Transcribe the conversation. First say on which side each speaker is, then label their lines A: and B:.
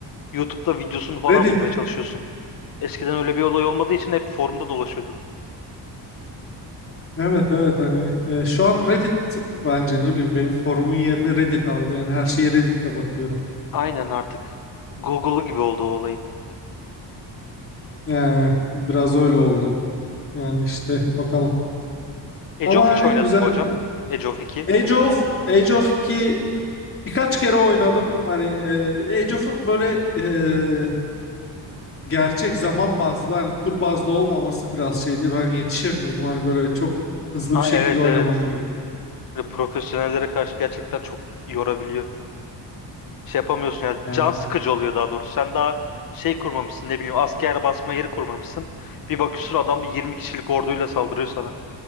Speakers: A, on the left; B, on the left.
A: YouTube'da videosunu falan
B: Reddit
A: bulmaya çalışıyorsun. Eskiden öyle bir olay olmadığı için hep forumda dolaşıyorduk.
B: Evet evet hani e, şu an Reddit bence ne bileyim benim forumun yerini Reddit aldı. Yani her şeyi Reddit'te bakıyorum.
A: Aynen artık. Google'u gibi oldu o olayın.
B: Yani biraz öyle oldu. Yani işte bakalım.
A: Age
B: Ama
A: of
B: hani
A: hiç oynadın
B: güzel.
A: mı hocam? Age of 2.
B: Age of Age of 2 birkaç kere oynadım. Hani e, Age of'un böyle e, gerçek zaman bazlı hani tur bazlı olmaması biraz şeydi. Ben yetişemiyordum. Hani böyle çok hızlı
A: Ha
B: bir şekilde
A: evet
B: oynaman
A: evet.
B: gerek.
A: Böyle profesyonellere karşı gerçekten çok yorabiliyor. şey yapamıyorsun ya
B: Yani,
A: can sıkıcı oluyor daha doğrusu. Sen daha şey kurmamışsın ne bileyim asker basma yeri kurmamışsın. Bir bakıyorsun adam 20 kişilik orduyla saldırıyor sana.